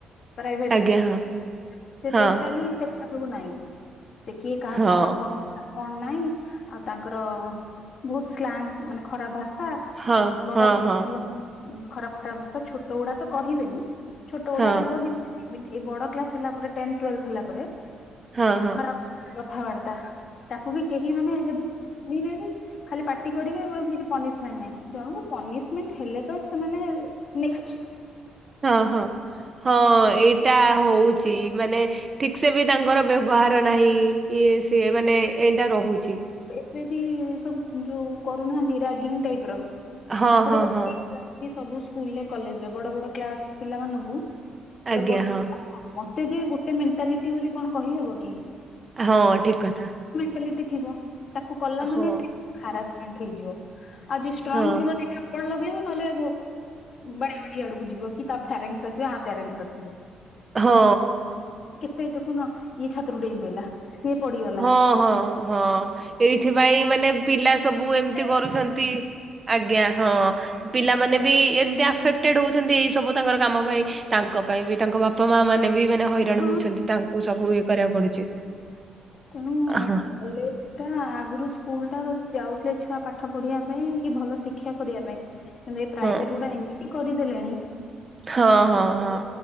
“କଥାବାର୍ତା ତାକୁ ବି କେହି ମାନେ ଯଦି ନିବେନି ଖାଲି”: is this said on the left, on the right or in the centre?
Left